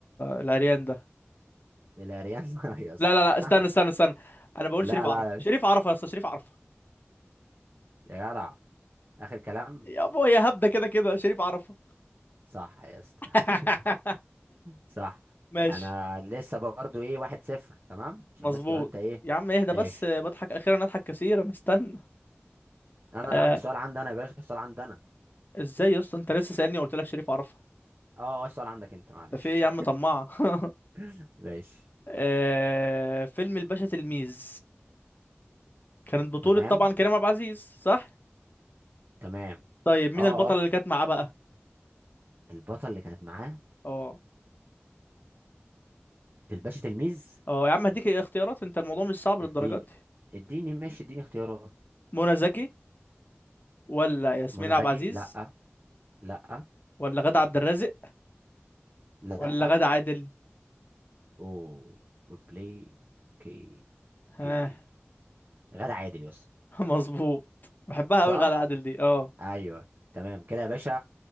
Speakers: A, on the left; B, on the right.
A: العريان ده
B: العريان <laughs> يا اسطى
A: لا لا لا استنى
B: <laughs>
A: استنى استنى انا بقول
B: لا
A: شريف عرفه
B: لا يا
A: شريف
B: باشا
A: عرفه يا اسطى شريف عرفه
B: يا جدع اخر كلام
A: يا ابويا يا هبده كده كده شريف عرفه
B: صح يا اسطى
A: <laughs>
B: <laughs> صح
A: ماشي
B: انا لسه برضو ايه واحد صفر تمام عشان
A: مظبوط
B: بس تبقى انت ايه
A: يا عم اهدى
B: ماشي
A: بس بضحك اخيرا اضحك كثيرا استنى
B: انا
A: آه
B: اللي عندي سؤال عندي انا يا باشا السؤال عندي انا
A: ازاي يا اسطى انت لسه سألني وقلت لك شريف عرفه
B: اه اه السؤال عندك انت معلش
A: ده في ايه يا عم طماع <laughs>
B: <laughs> ماشي
A: آه فيلم الباشا تلميذ كانت بطولة
B: تمام
A: طبعا كريم عبد العزيز صح
B: تمام
A: طيب مين
B: اه
A: البطلة
B: اه ط-
A: اللي كانت معاه بقى
B: البطل اللي كانت معاه
A: اه
B: في الباشا تلميذ
A: اه يا عم هديك اختيارات انت الموضوع مش صعب للدرجات
B: اديني
A: دي
B: اديني ماشي اديني اختيارات
A: منى زكي ولا ياسمين
B: منى
A: عبد
B: زكي
A: العزيز
B: لا لا
A: ولا غادة عبد الرازق
B: لا
A: ولا غادة عادل
B: او بلاي كي
A: ها
B: كي غادة عادل يس
A: <laughs> مظبوط بحبها
B: صح
A: قوي غادة عادل دي اه
B: ايوه تمام كده يا باشا